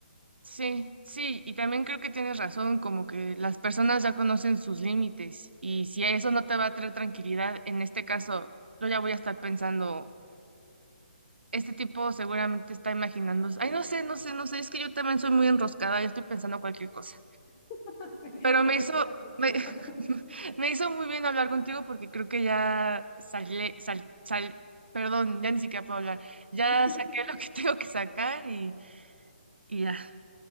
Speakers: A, on the right; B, on the left.
A: Sí, sí, y también creo que tienes razón, como que las personas ya conocen sus límites y si eso no te va a traer tranquilidad, en este caso, yo ya voy a estar pensando Este tipo seguramente está imaginando, ay, no sé, no sé, no sé, es que yo también soy muy enroscada, ya estoy pensando cualquier cosa.
B: <laughs> Sí,
A: Pero
B: súper
A: me hizo,
B: catastrofista.
A: me, <laughs> me hizo muy bien hablar contigo porque creo que ya salí, sal, sal, perdón, ya ni siquiera puedo hablar. Ya
B: <laughs>
A: saqué lo que <laughs> tengo que sacar y, y ya.